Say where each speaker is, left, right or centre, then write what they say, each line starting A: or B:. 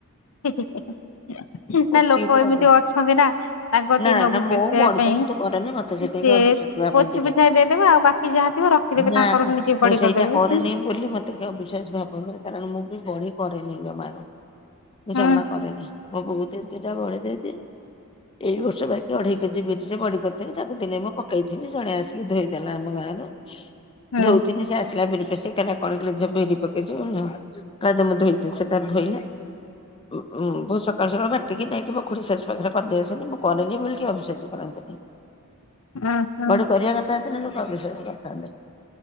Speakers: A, on the left; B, on the left.
A: <unintelligible>
B: ପୋଚିକି
A: ନା ଲୋକ
B: ପୁରା
A: ଏମିତି
B: ଦେବି।
A: ଅଛନ୍ତି ନା ତାଙ୍କ
B: ନା
A: ତି ନବୁ
B: ନା ମୁଁ
A: ପେସେଆ
B: ବଡି
A: ପାଇଁ
B: ତ ସୁଧୁ କରେନି ମତେ ସେଥିପାଇଁ
A: ସେ
B: ଅବିଶ୍ୱାସ ଭାବନ୍ତିନି
A: ପୋଛି ପୋଛା ଦେଇଦେବେ ଆଉ ବାକି ଯାହା ଥିବ ରଖିଦେବେ
B: ନା
A: ତାଙ୍କର
B: ନା।
A: ନିଜେ
B: ମୁଁ
A: ବଡି
B: ସେଇଟା
A: କରିଦେବେ
B: କରେନି
A: ହୁଁ।
B: ବୋଲି ମୋତେ କି ଅବିଶ୍ୱାସ ଭାବନ୍ତିନି କାରଣ ମୁଁ ବି ବଢି କରେନି ଜମାରୁ। ମୁଁ
A: ହୁଁ
B: ଜମା କରେନି ମୋ ବୋଉ ଦି ଦିଟା ବଢି ଦେଇଦିଏ। ଏଇ ବର୍ଷ ବାକି ଅଢେଇ କେଜି ବିରିରେ ବଡି କରିଥିଲି ତାକୁ ଦିନେ ମୁଁ ପକେଇଥିଲି ଜଣେ ଆସିକି ଧୋଇଦେଲା ଆମ ଗାଁରୁ।
A: ହୁଁ
B: ଧୋଉଥିନି ସେ ଆସ୍ ସିଲା ବିରି ପଶେଇ କଇଲା କଣ କିଲୋ ବିରି ପକେଇଚୁ କଇଲା ଦେ ମୁଁ ଧୋଇଦି ସେ ତାର ଧୋଇଲା। ଉଁ-ଉଁ <unintelligible> ସକାଳୁ ସକାଳୁ ବା ଟିକି ନେଇକି ମୋ ଖୁଡ଼ି ଶାଶୁ ପାଖରେ ପାରି ଦେଇ ଆସିଲି। ମୁଁ କରେନି ବୋଲି ଅବିଶ୍ଵାସୀ କରନ୍ତିନି।
A: ହୁଁ ହୁଁ
B: ବଢି କରିବା କଥା ହେଇଥିଲେ ଲୋକ ଅବିଶ୍ଵାସୀ କରିଥାନ୍ତେ।